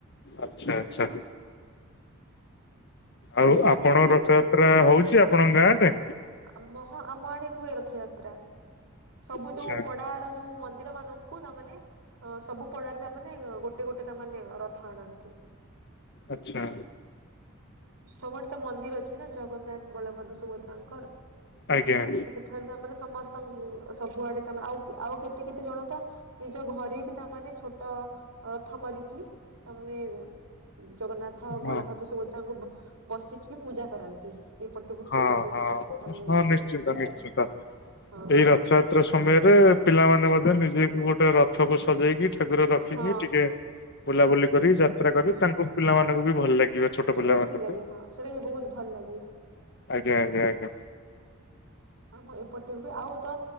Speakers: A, on the left; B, on the right.
A: ଆଚ୍ଛା ଆଚ୍ଛା। ଆଉ ଆପଣ
B: କିନ୍ତୁ
A: ରଥଯାତ୍ରା
B: ଏ
A: ହଉଛି ଆପଣଙ୍କ ଗାଁରେ?
B: ଆମ ହଁ ଆମ ଆଡେ ହୁଏ ରଥଯାତ୍ରା। ସବୁ
A: ଆଚ୍ଛା
B: ଯୋଉ ପଡା ଯୋଉ ମନ୍ଦିର ମାନଙ୍କୁ ତାମାନେେ ଅ ସବୁ ପଡାରେ ଆମେ। ନାଇଁ ଗୋଟେ ଗୋଟେ ତା ମାନେ ରଥ ଆଣନ୍ତି।
A: ଆଚ୍ଛା।
B: ସବୁଆଡ଼ ତ ମନ୍ଦିର ଅଛି ନା ଜଗନ୍ନାଥ ବଳଭଦ୍ର ସୁଭଦ୍ରାଙ୍କର।
A: ଆଜ୍ଞା।
B: ତ ସେଠାରେ ତାମାନେ ସମସ୍ତ ସବୁଆଡେ ତା ମା ଆଉ ଆଉ କେତେ କେତେ ଜଣ ତ। ନିଜ ଘରେ ବି ତାମାନେେ ଛୋଟ ରଥ କରିକି ତାମାନେ। ଜଗନ୍ନାଥ
A: ହଁ
B: ବଳଭଦ୍ର ସୁଭଦ୍ରାଙ୍କୁ ବ ବସିକି ବି ପୂଜା କରନ୍ତି ଏପଟୁ
A: ହଁ
B: ସେପଟୁ।
A: ହଁ
B: ତାମାନେ
A: ହଁ ନିଶ୍ଚିନ୍ତ
B: ନିଅନ୍ତି ସେଟା
A: ନିଶ୍ଚିନ୍ତ
B: ବି ହଁ
A: ଏଇ ର ଥଯାତ୍ରା ସମୟରେ ପିଲାମାନେ ମଧ୍ୟ ନିଜେକୁ ଗୋଟେ ରଥକୁ ସଜେଇକି। ଠାକୁର ରଖିକି
B: ହଁ
A: ଟିକେ। ବୁଲାବୁଲି କରି ଯାତ୍ରା କରି
B: ବୁଲ
A: ତାଙ୍କୁ ପିଲାମାନଙ୍କୁ ବି ଭଲ ଲାଗିବ ଛୋଟ
B: ସେଟା
A: ପିଲାମାନଙ୍କୁ।
B: ଖୁସି ଲାଗେ ହଁ ସେଟା ବି ବହୁତ ଭଲ ଲାଗେ।
A: ଆଜ୍ଞା ଆଜ୍ଞା ଆଜ୍ଞା।
B: ଆମ ଏପଟେ ବି ଆଉ ତ।